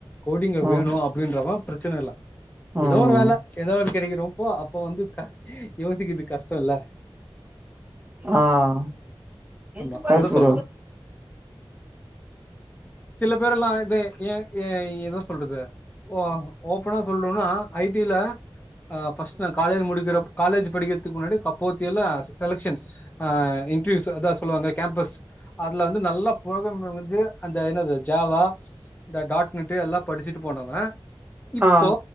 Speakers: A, on the left; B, on the right.
A: கோடிங்க
B: ம்
A: வேணு அப்டின்றவ பிரச்சன இல்ல
B: ம்
A: ஏதோ ஒரு வேல ஏதோ ஒரு கெடைக்கிறப்போ அப்ப வந்து யோசிக்குது கஷ்ட இல்ல
B: ஆஹ் <unintelligible>
A: ஆமா அத சொல்ற சில பேர் எல்லா இத ஏன் ஏ ஏதோ சொல்றது ஓ ஓப்பனா சொல்னுனா ஐ டி ல ஆ ஃபர்ஸ்ட் நா காலேஜ் முடிக்கிறப் காலேஜ் படிக்கிறதுக்கு முன்னாடி அப்போத்தி எல்லாம் செலக்சன் ஆ இன்டர்வூ சொல்லுவாங்க கேம்பஸ் அதல வந்து நல்லா பும் அ ஏனது ஜாவா இந்த டாட் நெட் எல்லாம் படிச்சுட்டு போனவா இப்போ
B: ஆ